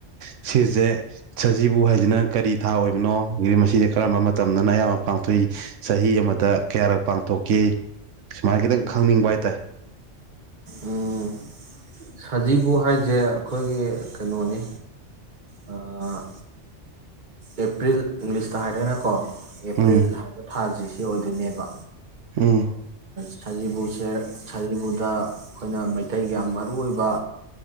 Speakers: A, on the right (about 85°); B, on the right (about 40°).
A: ꯁꯤꯁꯦ ꯁꯖꯤꯕꯨ ꯍꯥꯏꯁꯤꯅ ꯀꯔꯤ ꯊꯥ ꯑꯣꯏꯕꯅꯣ ꯃꯁꯤꯁꯦ ꯀꯔꯝꯕ ꯃꯇꯝꯗꯅ ꯑꯌꯥꯝꯕ ꯄꯥꯡꯊꯣꯛꯏ ꯆꯍꯤ ꯑꯃꯗ ꯀꯌꯥꯔꯛ ꯄꯥꯡꯊꯣꯛꯀꯦ ꯁꯨꯃꯥꯏꯅ ꯈꯤꯇꯪ ꯈꯪꯅꯤꯡꯕ ꯍꯥꯏ ꯇꯥꯏ
B: ꯎꯝ ꯁꯖꯤꯕꯨ ꯍꯥꯏ ꯁꯦ ꯑꯩꯈꯣꯏꯒꯤ ꯀꯩꯅꯣꯅꯤ ꯑꯥ ꯑꯦꯄ꯭ꯔꯤꯜ ꯏꯪꯂꯤꯁꯇ ꯍꯥꯏꯔꯒꯅ ꯀꯣ ꯑꯦꯄ꯭ꯔꯜ
A: ꯎꯝ
B: ꯍꯥꯏꯕ ꯊꯥꯖꯤ ꯁꯤ ꯑꯣꯏꯗꯣꯏꯅꯦꯕ
A: ꯎꯝ
B: ꯁꯖꯤꯕꯨꯁꯦ ꯁꯖꯤꯕꯨꯗ ꯑꯩꯈꯣꯏꯅ ꯃꯩꯇꯩꯒꯤ ꯌꯥꯝ ꯃꯔꯨ ꯑꯣꯏꯕ